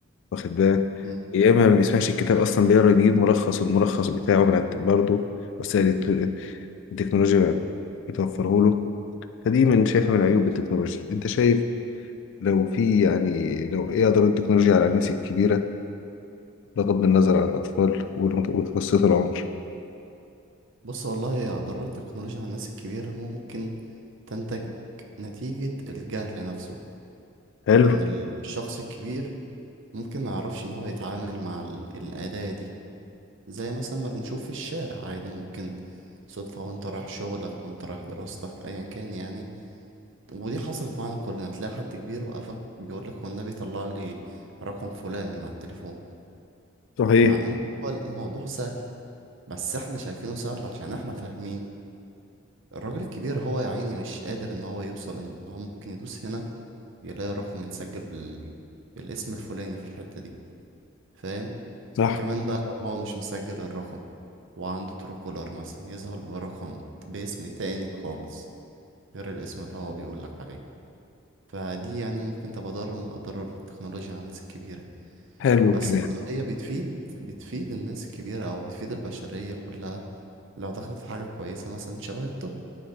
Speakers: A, on the left; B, on the right.
A: واخد بالك
B: مم.
A: يا اما ما بيسمعش الكتاب اصلا بيقرا يجيب ملخص والملخص بتاعه من على الت- برضه وسائل الت- التكنولوجيا بتوفره له فدي من شايفها من عيوب التكنولوجيا انت شايف لو في يعني لو ايه اضرار التكنولوجيا على الناس الكبيره بغض النظر عن الاطفال والمت- ومتوسط العمر
B: بص والله يا أضرار التكنولوجيا على الناس الكبيرة ممكن تنتج نتيجة الجهل نفسه
A: حلو
B: إن الشخص الكبير ممكن ما يعرفش ان هو يتعامل مع ال- الأداة دي زي مثلا ما بنشوف في الشارع عادي ممكن صدفة وانت رايح شغلك وانت رايح دراستك ايا كان يعني ودي حصلت معانا كلنا تلاقي حد كبير وقفك بيقولك والنبي طلع لي رقم فلان على التليفون
A: صحيح
B: مع ان هو الموضوع سهل بس احنا شايفينه سهل عشان احنا فاهمينه الراجل الكبير هو يا عيني مش قادر ان هو يوصل ان هو ممكن يدوس هنا يلاقي رقم متسجل بال... بالاسم الفلاني في الحتة دي فاهم
A: صح
B: وكمان بقى لو هو مش مسجل الرقم وعنده ترو كولر مثلا يظهر برقم باسم تاني خالص غير الاسم اللي هو بيقولك عليه فدي يعني ممكن تبقى ضرر من أضرار التكنولوجيا على الناس الكبيرة
A: حلو
B: بس
A: الكلام
B: برضه هي بتفيد بتفيد الناس الكبيرة أو بتفيد البشرية كلها لو دخلت في حاجة كويسة مثلا شبه الطب